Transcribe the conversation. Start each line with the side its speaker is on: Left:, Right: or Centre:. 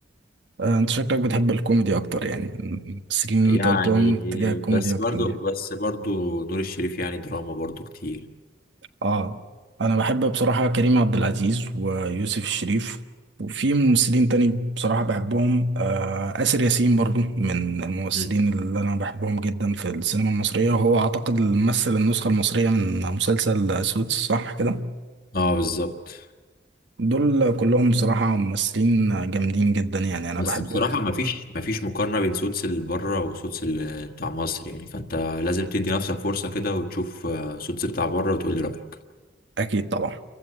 Right: آه أنت شكلك بتحب الكوميدي أكتر يعني الممثلين اللي
Left: يعني
Right: أنت قلتهم اتجاه الكوميدي
Left: بس
Right: أكتر
Left: برضو
Right: يعني.
Left: بس برضو نور الشريف يعني دراما برضو كتير
Right: اه انا بحب بصراحة كريم عبد العزيز ويوسف الشريف وفي ممثلين تاني بصراحة بحبهم آه آسر ياسين برضو من الممثلين
Left: مم.
Right: اللي انا بحبهم جدا في السينما المصرية وهو اعتقد اللي مثل النسخة المصرية من مسلسل سوتس صح كده
Left: اه بالظبط
Right: دول كلهم بصراحة ممثلين جامدين جدا يعني انا
Left: بس
Right: بحبهم
Left: بصراحة مفيش مفيش مقارنة بين سوتس اللي بره وسوتس اللي بتاع مصر يعني فانت لازم تدي نفسك فرصة كده وتشوف آه، سوتس بتاع بره وتقول لي رأيك
Right: اكيد طبعا